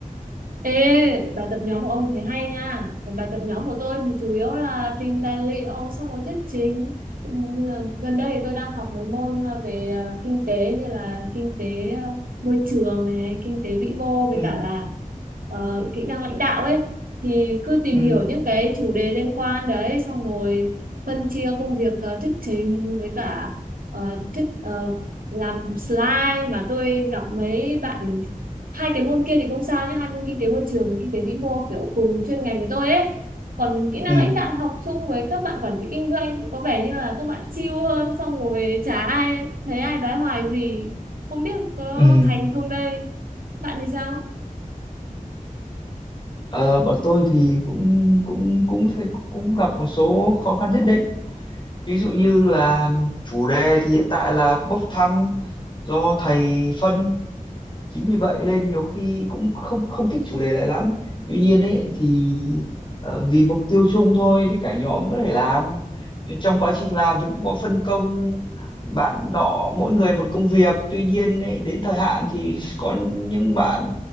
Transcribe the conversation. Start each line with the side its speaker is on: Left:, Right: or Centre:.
Right: Ê, bài tập nhóm của ông thấy hay nha. Còn bài tập nhóm của tôi thì chủ yếu là tìm tài liệu xong rồi thuyết trình. Ừm, Gần đây thì tôi đang học mấy môn à, về à, kinh tế như là kinh tế à, môi trường này, kinh tế vĩ mô với
Left: ừ
Right: cả là ờ, kỹ năng lãnh đạo ấy. Thì cứ tìm
Left: ừ
Right: hiểu những cái chủ đề liên quan đấy xong rồi phân chia công việc à, thuyết trình với cả ờ, thuyết ờ, làm slide mà tôi gặp mấy bạn hai cái môn kia thì không sao nhé hai môn kinh tế môi trường và kinh tế vĩ mô kiểu cùng chuyên ngành với tôi ấy còn kỹ năng
Left: ừ
Right: lãnh đạo học chung với các bạn quản trị kinh doanh cũng có vẻ như là các bạn chill hơn xong rồi chả ai thấy ai đoái hoài gì không biết có
Left: ừ
Right: thành không đây bạn thì sao
Left: ờ, bọn tôi thì cũng cũng cũng sẽ- cũng gặp một số khó khăn nhất định ví dụ như là chủ đề thì hiện tại là bốc thăm do thầy phân chính vì vậy nên nhiều khi cũng không không thích chủ đề này lắm tuy nhiên ấy thì ờ, vì mục tiêu chung thôi thì cả nhóm vẫn phải làm Thì trong quá trình làm thì cũng có phân công bạn nọ mỗi người một công việc tuy nhiên ấy, đến thời hạn thì có những bạn